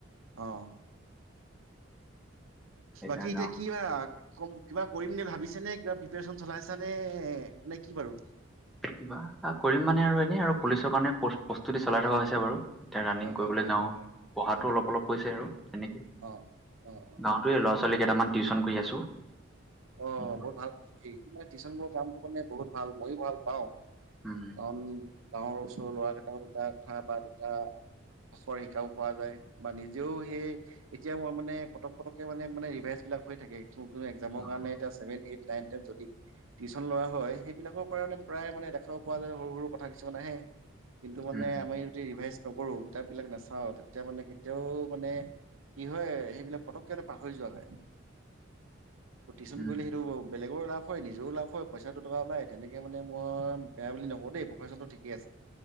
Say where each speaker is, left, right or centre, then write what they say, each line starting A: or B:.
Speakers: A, on the right; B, in the centre.
A: আহ
B: এতিয়া
A: বচি ইতিয়া
B: গাঁও
A: কি বা কম কিবা কৰিম ন ভাবিছ নে কিবা প্ৰিপৰে্যন চলাইছা নে নে কি বাৰু
B: কিবা কৰিম মানে আৰু এনেই আৰু পুলিচৰ কাৰণে প্ৰস্তুতি চলাই থকা হৈছে বাৰু এতিয়া ৰাণিং
A: হয় হয়
B: কৰিবলৈ
A: হয়
B: যাওঁ
A: হয় হয়
B: পঢ়াতো অলপ অলপ হৈছে আৰু তেেনেকে
A: অ অ অ
B: গাওতে লৰা ল' ছোৱালী কেইটামান টিউশ্যন কৰি আছো
A: অ
B: উম,
A: বহুত ভাল কথা দে টিউচনোৰৰ কামটো মানে বহুত ভাল মইো ভাল পাওঁ
B: উম,
A: কাৰণ গাঁৱৰ ওচৰৰ লৰা কেইট দুটা কথা বা দুটা আখৰ শিকাব পোৱা যায় বা নিজেও সেই এতিয়া মই মানে পতক পটকে মানে মানে ৰিভাইজ এইলাক হৈ থাকে ক কোনো এক্সাম কাৰণে
B: হয়।
A: এতিছেভেন এইট নাইন টেন যদি টিউশচন লৰা হয় সেইবিলাকৰ পৰা মানে প্ৰায় মানে দেখাব পোৱা যায় সৰু সৰু কথা কিছুমান আহে কিন্তু মানে
B: উম,
A: আমি যদি ৰিভাইজ নকৰো কিতাপ বিিলাক নাচাওঁ তেতিয়া মানে কেতিয়াও মানে কি হয় সেইবিলাক পতককেটা পাহৰি যোৱা হয় টিশন
B: উম,
A: কৰিলে সেইটো বলেগৰ লাভ হয় নিজেও লাভ হয় পইচাটো টকা ওলাই তেনেকে মানে মই বেয়া বুলি নকওঁ দেই প্ৰফেচনটো ঠিকেই আছে